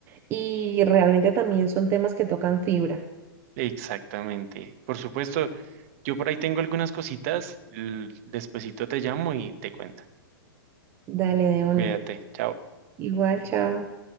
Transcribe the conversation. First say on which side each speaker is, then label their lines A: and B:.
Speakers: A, on the right (about 20°); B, on the right (about 40°).
A: y realmente también son temas que tocan fibra.
B: Exactamente. Por supuesto, yo por ahí tengo algunas cositas, l- despuesito te llamo y te cuento.
A: Dale de una.
B: Cuídate, chao.
A: Igual, chao.